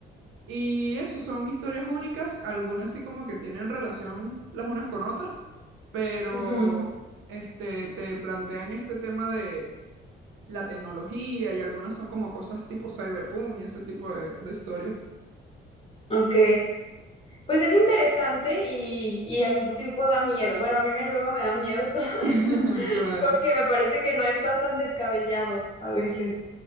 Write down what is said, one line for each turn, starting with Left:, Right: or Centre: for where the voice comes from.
Right: Y eso son historias únicas, algunas sí como que tienen relación las unas con otras, pero
Left: Ujú,
Right: este, te plantean este tema de la tecnología y algunas son como cosas tipo cyberpunk y ese tipo de, de historias.
Left: ok. Pues es interesante y, y al mismo tiempo da miedo. Bueno, a mí me, luego me da miedo <laughs> todo
Right: <laughs>
Left: eso,
Right: Claro.
Left: porque me parece que no está tan descabellado a veces.